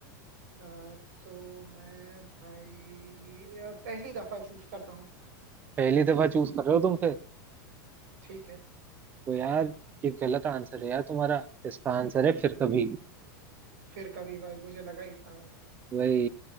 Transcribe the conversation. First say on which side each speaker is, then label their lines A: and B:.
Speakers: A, on the right; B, on the right.
A: अ, तो मैं भाई अ, पहली दफा चूज करता हूँ
B: पहली दफा चूज कर रहे हो तुम फिर
A: ठीक है
B: तो यार ये गलत आंसर है यार तुम्हारा इसका आंसर है फिर
A: हम्म
B: कभी
A: हम्म। फिर कभी भाई मुझे लगा ही था भाई
B: वही